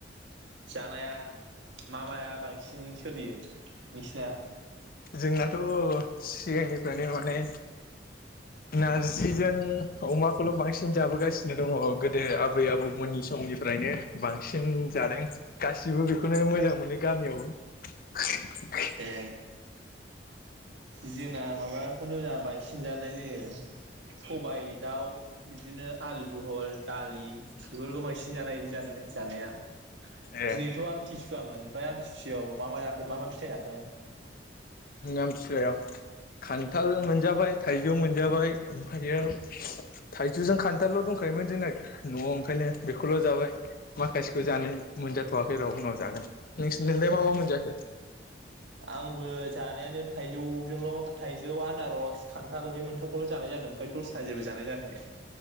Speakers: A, on the right (about 85°); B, on the left (about 50°).
A: जानाया मा माया बांसिन सोलियो नोंसिना?
B: जोंनाथ' सिगांनिफ्रायनो माने नारजिजों अमाखौल' बांसिन जाबोगासिनो दङ गोदो आबै आबौमोननि समनिफ्रायनो बांसिन जादों गासिबो बेखौनो मोजां मोनो गामियावबो।
A: ए जोंना माबाखौनो बांसिन जानाय जायो। सबायाइ दाउ। बिदिनो आलु जहल दालि बेफोरखौ बांसिन जानाय जानाय जानाया।
B: ए
A: दिनैथ' आमथिसुवामोन। ओमफ्राय आमथिसियाव मा मा जाखो मा मा फिथाइ जाखो।
B: आमथिसुवायाव खान्थाल मोनजाबाय थाइज ज' मोनजाबाय। हायाव थाइजौजों खान्थालल' दंखायोमोन जोंना न'आव ओंखायनो बेखौल' जाबाय, माखासेखौ जानाय मोनजाथ'वाखै र उनाव जागोन। नों नोंलाय मा मा मोनजाखो?
A: आंबो जानायानो थाइजौजोंल' थाइजौ आनारस खान्थाल बे मोनथामखौल' जानाय जादों, ओमफ्राय दस साजोबो जानाय जायाखै।